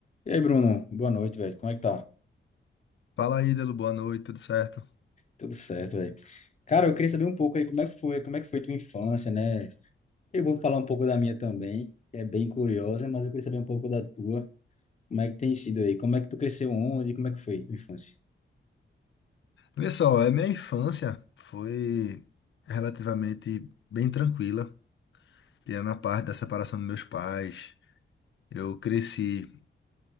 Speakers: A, on the left (about 35°); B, on the left (about 65°).
A: E aí, Bruno? Boa noite, velho. Como é que tá?
B: Fala aí, Delo, boa noite, tudo certo?
A: Tudo certo, velho. Cara, eu queria saber um pouco aí como é que foi, como é que foi tua infância, né? Eu vou falar um pouco da minha também, que é bem curiosa, mas eu queria saber um pouco da tua. Como é que tem sido aí? Como é que tu cresceu onde? Como é que foi tua infância?
B: Olha só, a minha infância foi relativamente bem tranquila, tirando a parte da separação dos meus pais. Eu cresci